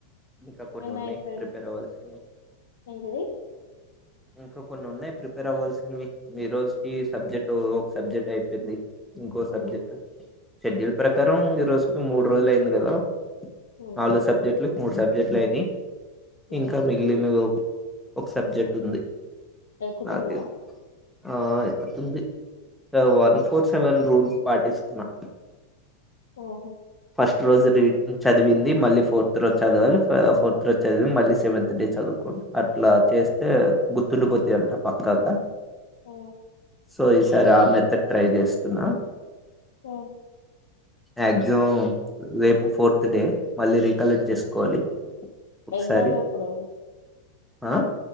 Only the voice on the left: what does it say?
నిన్న
అయిపోయిన
ఏంటిది
హ్మ్
హ్మ్
హ్మ్
ఎక్కుతున్నా
ఓహో
ఓ
హ
ఎగ్జామ్ ఎప్పుడుంది